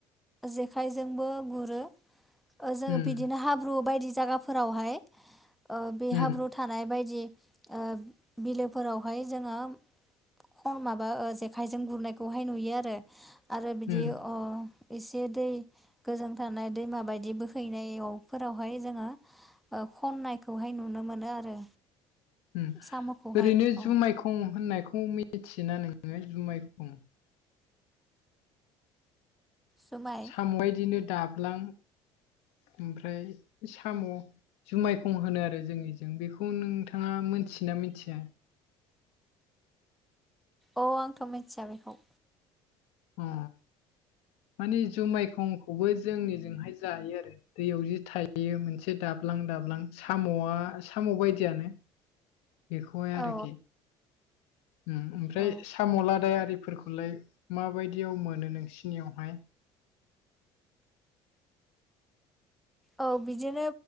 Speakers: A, in the centre; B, on the left.
A: जेखाइजोंबो गुरो। ओ जोङो
B: उम
A: बिदिनो हाब्रु बायदि जायगाफोरावहाय ओ बे
B: उम
A: हाब्रु थानाय बायदि ओ बिलोफोरावहाय जोङो खम माबा जेखाइजों गुरनायखौहाय नुयो आरो आरो बिदि
B: उम
A: अ एसे दै गोजों थानाय दैमा बायदि बोहैनायफोरावहाय जोङो ओ खननायखौहाय नुनो मोनो आरो।
B: उम
A: साम'खौहाय
B: ओरैनो
A: औ
B: जुनायखं होननायखौ मिथियोना नोङो जुनायखं?
A: जुमाय
B: साम' बिदिनो दाबलां ओमफ्राय साम'। जुनायखं होनो आरो जोंनिजों बेखौ नोंथाङा मोनथि ना मिथिया?
A: औ आंथ' मिथिया बेखौ।
B: अ मानि जुनायखं खौबो जोंनिजोंहाय जायो आरो। दैयाव जि थायो मोनसे दाबलां दाबलां साम'आ साम' बायदियानो। बेखौहाय आरोखि।
A: औ
B: उम ओमफ्राय
A: औ
B: साम' लादाय आरिफोरखौलाय मा बायदि आव मोनो नोंसिनियावहाय?
A: औ बिदिनो